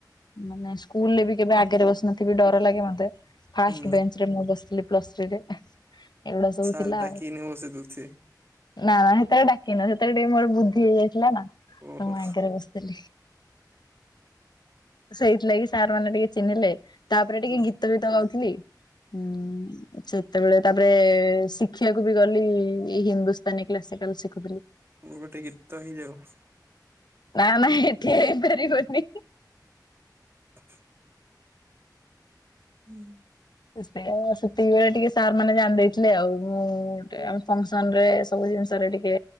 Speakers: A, on the left; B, on the right.
A: ମାନେ ସ୍କୁଲ ରେ ବି କେବେ ଆଗରେ ବସିନଥିବି ଡର ଲାଗେ ମତେ ଫାଷ୍ଟ
B: ହୁଁ
A: ବେଞ୍ଚ ଥିରେ ମୁଁ ବସିଥିଲି ପ୍ଲସ୍ ଥ୍ରୀରେ। ଏଗୁଡା
B: <unintelligible>
A: ସବୁ ଥିଲା ଆଉ। ନା ନା ହେତେବେଳେ ଡାକିନ ସେତେବେଳେ ଟିକେ ମୋର ବୁଦ୍ଧି ହେଇଯାଇଥିଲା ନା ତ
B: ଓହୋ
A: ମୁଁ ଆଗରେ ବସିଥିଲି। ସେଇଥିଲାଗି ସାର୍ ମାନେ ଟିକେ ଚିହ୍ନିଲେ। ତାପରେ ଟିକେ
B: ହୁଁ
A: ଗୀତ ଗୀତ ଗାଉଥିଲିଁ। ହୁଁ ଛ ସେତେବେଳେ ତାପରେ ଶିଖିବାକୁ ବି ଗଲି ହିନ୍ଦୁସ୍ତାନୀ କ୍ଲାସିକାଲ ସିଖ୍
B: ଗୋଟେ ଗୀତ ହେଇଯାଉ
A: ନା ନା ହେଠୀ ହେଇପାରିବନି।
B: ହ ହୁଁ।
A: ସେଉ ସେତିକିିବେଳେ ଟିକେ ସାର୍ ମାନେ ଜାଣି ଦେଇଥିଲେ ଆଉ। ମୁଁ ଗୋଟେ ଆମେ ଫଂକ୍ ରେ ସବୁ ଜିନିଷରେ ଟିକେ